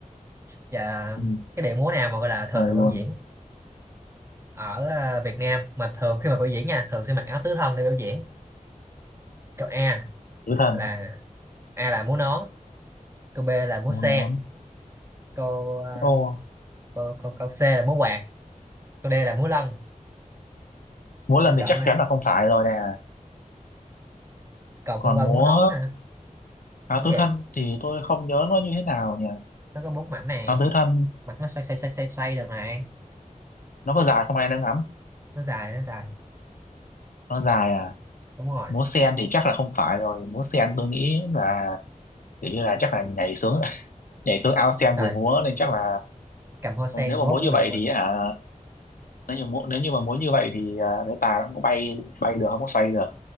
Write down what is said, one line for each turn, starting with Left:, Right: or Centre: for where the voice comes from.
Right: Dạ,
Left: ừ,
Right: cái điệu múa nào mà gọi là thường
Left: trời
Right: được
Left: luôn,
Right: biểu diễn ở ờ, Việt Nam mà thường khi mà biểu diễn nha, thường sẽ mặc áo tứ thân để biểu diễn. Câu A
Left: tứ thần,
Right: là A là múa nón, câu B là múa
Left: múa
Right: sen,
Left: nón.
Right: câu ờ,
Left: Ô,
Right: câu câu, câu C là múa quạt, câu D là múa lân.
Left: múa lần
Right: Câu chọn
Left: thì chắc
Right: nè.
Left: chắn là không phải rồi nè.
Right: Cầu
Left: Còn
Right: Phong Vân
Left: múa
Right: múa nón nè,
Left: áo
Right: múa
Left: tứ
Right: gì?
Left: thân thì tôi không nhớ nó như thế nào nhỉ?
Right: Nó có bốn mảnh nè,
Left: Áo tứ thân
Right: mặt nó xoay xoay xoay xoay xoay được này,
Left: nó có dài không ai đang ngắm.
Right: nó dài nó dài.
Left: Nó dài à?
Right: Đúng rồi.
Left: múa sen thì chắc là không phải rồi múa sen tôi nghĩ là kiểu như là chắc là nhảy xuống <laughs> nhảy xuống ao sen
Right: Rồi,
Left: rồi múa nên chắc là
Right: cầm hoa sen
Left: nếu
Right: múa
Left: mà múa
Right: cũng
Left: như
Right: được
Left: vậy
Right: mà.
Left: thì hả nếu như múa nếu như mà múa như vậy thì à, cái tà nó không có bay bay được không có xoay được